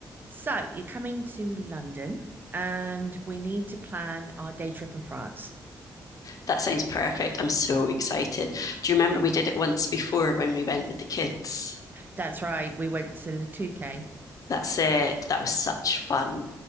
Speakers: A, on the right (about 30°); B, on the left (about 55°).
A: So you're coming to London and we need to plan our day trip in France.
B: That sounds perfect. I'm so excited. Do you remember we did it once before when we went with the kids?
A: That's right, we went to Le Touquet.
B: That's it. That was such fun.